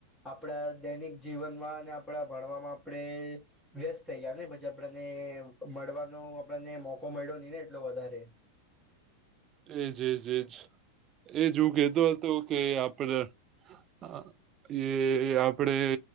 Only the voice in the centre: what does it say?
આપણા દૈનિક જીવનમાં, ઓ અને આપણા ભણવામાં આપણે વ્યસ્ત થઇ ગયા ને, પછી આપણને મળવાનો આપણને મોકો મળ્યો નહીને એટલો વધારે.